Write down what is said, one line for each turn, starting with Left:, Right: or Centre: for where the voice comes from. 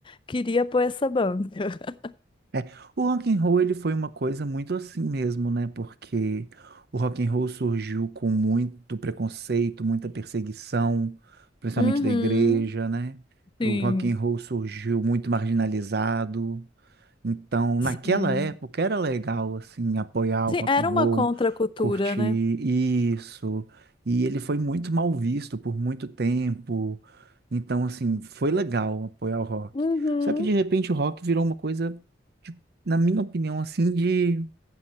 Left: queria pôr essa banca. <laughs>
Right: É, o rock and roll ele foi uma coisa muito assim mesmo, né? Porque o rock and roll surgiu com muito preconceito, muita perseguição, principalmente
Left: Uhum,
Right: da igreja, né? O
Left: sim,
Right: rock and roll surgiu muito marginalizado. Então, naquela
Left: sim.
Right: época era legal assim apoiar o
Left: Sim,
Right: rock
Left: era
Right: and
Left: uma
Right: roll,
Left: contracultura,
Right: curtir
Left: né?
Right: isso. E ele foi muito mal visto por muito tempo. Então, assim, foi legal apoiar o rock.
Left: Uhum.
Right: Só que de repente o rock virou uma coisa, de- na minha opinião, assim, de,